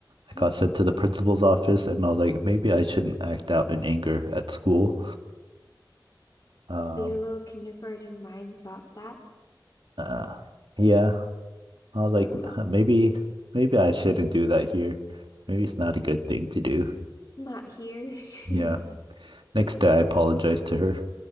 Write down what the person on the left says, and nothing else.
goodness.
Your little kindergarten mind thought that.
Wow,
not here. <laughs>